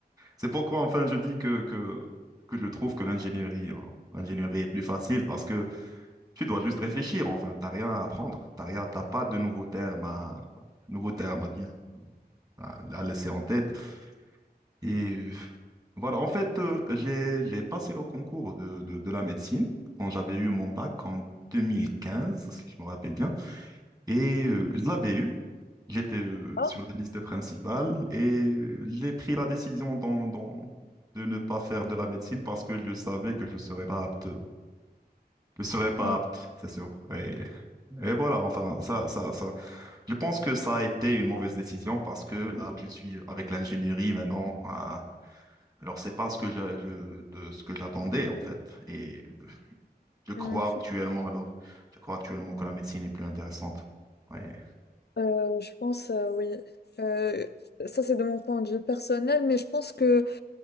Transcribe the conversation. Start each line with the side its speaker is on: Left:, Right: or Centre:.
Right: C'est pourquoi, enfin, je dis que, que, que je trouve que l'ingénierie, hein, l'ingénierie est plus facile, parce que tu dois juste réfléchir, enfin, t'as rien à apprendre, t'as rien, t'as pas de nouveaux termes à, nouveaux termes à dire, à, à laisser en tête. Et euh, voilà, en fait, euh, j'ai, j'ai passé le concours de, de, de la médecine quand j'avais eu mon bac en 2015, si je me rappelle bien, et euh, je l'avais eu. J'étais euh,
Left: Ah,
Right: sur la liste principale et euh, j'ai pris la décision d'en- d'en- de ne pas faire de la médecine parce que je savais que je ne serais pas apte. Je serais pas
Left: ouais.
Right: apte, c'est sûr. Et voilà, enfin, ça, ça, ça. Je pense que ça a été une mauvaise décision parce que là où je suis avec l'ingénierie maintenant, euh, alors c'est pas ce que je, je- de ce que j'attendais en fait. Et je crois
Left: Hum,
Right: actuellement, alors, je crois actuellement que la médecine est plus intéressante. Ouais.
Left: Euh, je pense, euh, oui. Euh, ça, c'est de mon point de vue personnel, mais je pense que